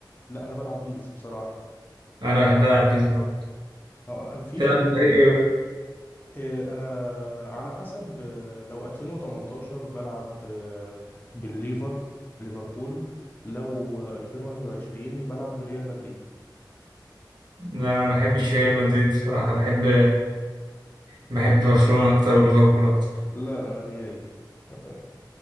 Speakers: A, on the left; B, on the right.
A: لا انا بلعب بيس بصراحة
B: أنا بحب ألعب بيس برضه
A: اه، فيفا
B: تلعب
A: دي
B: بفريق إيه بقى؟
A: إيه، انا على حسب آه، لو 2018 بلعب آه، بالليفر ليفربول لو آه، 2021 بلعب بريال مدريد
B: لا أنا ما بحبش ريال مدريد بصراحة بحب بحب برشلونة أكتر وليفربول أكتر
A: لا انا ريالي <laughs>